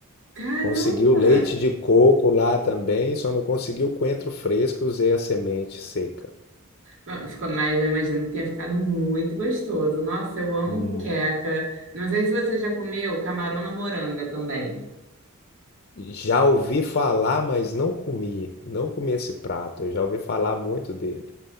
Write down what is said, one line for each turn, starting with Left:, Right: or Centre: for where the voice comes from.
Right: Caramba!
Left: Consegui o leite de coco lá também, só não consegui o coentro fresco, usei a semente seca.
Right: Ah, Ficou, mas eu imagino que tenha ficado muito gostoso. Nossa, eu amo
Left: Hum,
Right: moqueca. Não sei se você já comeu camarão na moranga também.
Left: Já ouvi falar, mas não comi. Não comi esse prato. Eu já ouvi falar muito dele,